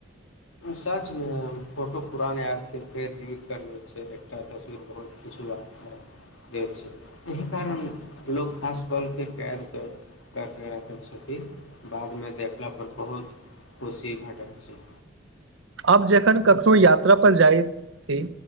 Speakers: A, on the left; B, on the right.
A: सचमे फोटो पुरान यादके फेर जीवित करबैत छै एकटा तस्वीर बहुत किछु याद करा दैत छै एहि कारण लोक खास पलके कैद करऽ कर कऽ रखै छथिन बादमे देखलापर बहुत खुशी भेटैत छै
B: आब जखन कखनो यात्रा पर जाइत छी